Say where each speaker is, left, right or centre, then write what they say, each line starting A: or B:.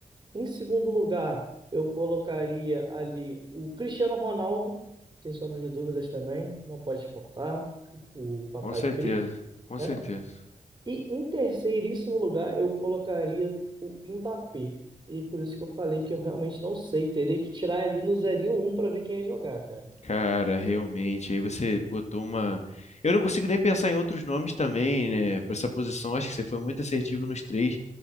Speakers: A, on the right; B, on the left.
A: em segundo lugar, eu colocaria ali o Cristiano Ronaldo, sem sombra de dúvidas também, não pode faltar, o Papai
B: Com certeza,
A: Cris,
B: com
A: né?
B: certeza.
A: E em terceiríssimo lugar, eu colocaria o Mbappé. E é por isso que eu falei que eu realmente não sei, teria que tirar ali no zerinho um para ver quem ia jogar, cara.
B: Cara, realmente, aí você botou uma. Eu não consigo nem pensar em outros nomes também, né? Para essa posição, acho que você foi muito assertivo nos três.